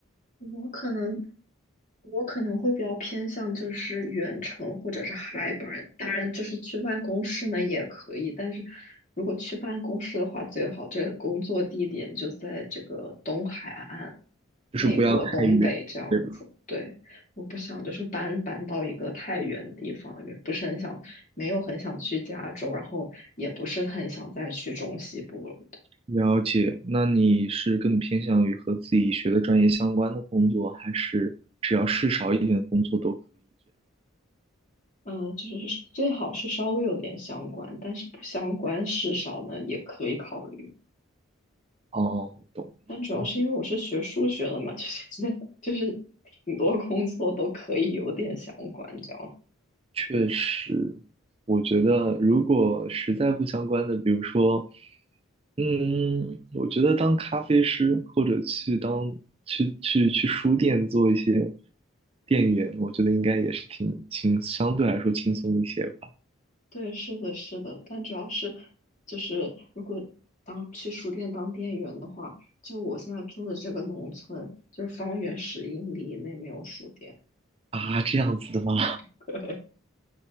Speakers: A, on the left; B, on the right.
A: 我可能我可能会比较偏向就是远程或者是 hybrid，当然就是去办公室呢也可以，但是如果去办公室的话，最好这个工作地点就在这个东海岸，美国东北这样子。
B: 就是不要太远，对吧？
A: 对，我不想就是搬搬到一个太远的地方，也不是很想，没有很想去加州，然后也不是很想再去中西部了。
B: 了解。那你是更偏向于和自己学的专业相关的工作，还是只要事少一点的工作？
A: 嗯，就是最好是稍微有点相关，但是不相关事少呢也可以考虑。
B: 哦，懂了。
A: 但主要是因为我是学数学的嘛，
B: 那。
A: <laughs> 就是那就是挺多工作都可以有点相关，这样。
B: 确实，我觉得如果实在不相关的，比如说，嗯，我觉得当咖啡师或者去当去去去书店做一些店员，我觉得应该也是挺轻，相对来说轻松一些吧。
A: 对，是的，是的。但主要是就是如果当去书店当店员的话，就我现在住的这个农村，就是方圆十英里以内没有书店。
B: 啊，这样子的吗？
A: <laughs>